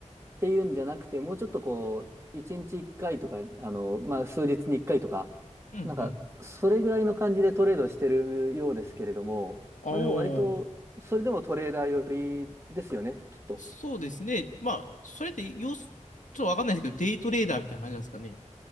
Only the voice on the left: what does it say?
あ、うんうん。
あ
あ、そうですね。まあ、それって要す、ちょっとわかんないですけど、デイトレーダーみたいな感じなんですかね、